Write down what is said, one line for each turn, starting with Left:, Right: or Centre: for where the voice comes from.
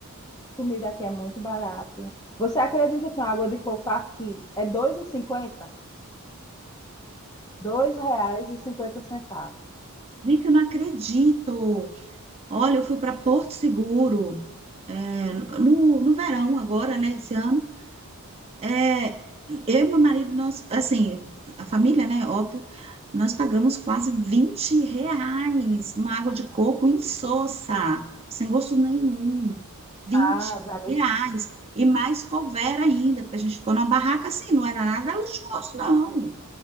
Left: comida aqui é muito barato. Você acredita que uma água de coco aqui é dois e cinquenta R$ dois reais e cinquenta centavos
Right: Gente, eu não acredito. Olha, eu fui para Porto Seguro. é, no, no verão agora, né, esse ano, é, eu e meu marido, nós, assim, a família, né, óbvio, nós pagamos quase 20 reais numa água de coco insossa, sem gosto nenhum, 20
Left: as águas
Right: reais, e mais couvera ainda, porque a gente ficou numa barraca assim, não era nada luxuoso, não,